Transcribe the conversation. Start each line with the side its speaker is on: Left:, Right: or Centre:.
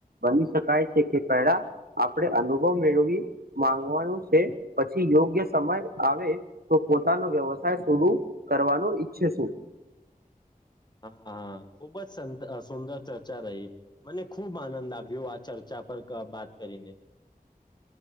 Right: બની શકાય છે કે પેલા આપણેે અનુભવ મેળવી માંગવાનું છે પછી યોગ્ય સમય આવે તો પોતાનો વ્યવસાય શરુ કરવાનો ઈચ્છે શું. <inaudible>
Left: હા ખૂબ જ સંદ સુંદર ચર્ચા રહી મને ખુબ આનંદ આવ્યો આ ચર્ચા પર વાત કરીને.